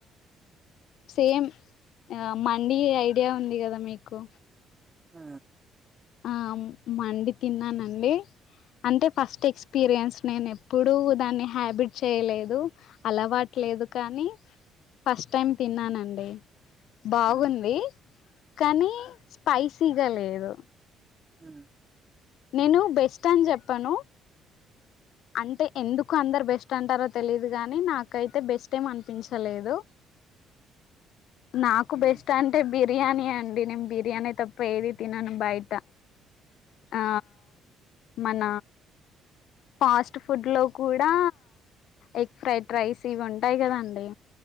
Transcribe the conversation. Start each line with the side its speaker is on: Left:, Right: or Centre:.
Left: సేమ్ మండి ఐడియా ఉంది కదా మీకు
Right: హ
Left: ఆ మండి తిన్నానండి అంటే ఫస్ట్ ఎక్స్పీరియన్స్ నేను ఎప్పుడూ దాన్ని హ్యాబిట్ చేయలేదు అలవాట్లేదు
Right: హ్మ్.
Left: కానీ ఫస్ట్ టైం తిన్నానండి బాగుంది
Right: హ్మ్.
Left: కానీ స్పైసి స్పైసీగా లేదు
Right: ఉ
Left: నేను బెస్ట్ అని చెప్పాను అంటే ఎందుకు అందరు బెస్ట్ అంటారో తెలిదు గాని నాకైతే బెస్ట్ ఏం అనిపించలేదు నాకు
Right: హ్మ్.
Left: బెస్ట్ అంటే బిర్యానీ హే అండి నేను బిర్యానీ తప్ప ఏది తినను బయట, ఆ మన ఫాస్ట్ ఫుడ్ లో కూడా ఎగ్ ఫ్రైడ్ రైస్ ఇవి ఉంటాయి కదండి